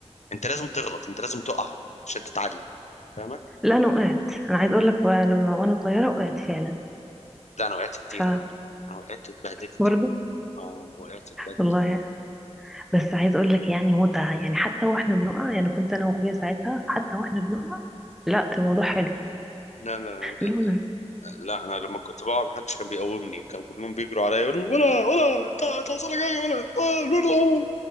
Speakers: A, on the left; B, in the centre.
A: انت لازم تغلط انت لازم تقع عشان تتعلم فاهمة
B: لا انا وقعت انا عايز اقول لك بقى لما وانا صغيره وقعت فعلا
A: لا انا وقعت كتير
B: ف
A: قوي انا وقعت اتبهدلت
B: برضه
A: يعني اه وقعت اتبهدلت
B: والله بس عايز اقول لك يعني متعه يعني حتى واحنا بنقع يعني كنت انا واخويا ساعتها حتى واحنا بنقع لا الموضوع حلو
A: لا لا لا
B: اللي هو
A: لا، انا لما كنت بقع محدش كان بيقومني كان كلهم بيجروا عليا يقولوا ولا ولا تع- تعصلك حاجه ولا آه، لا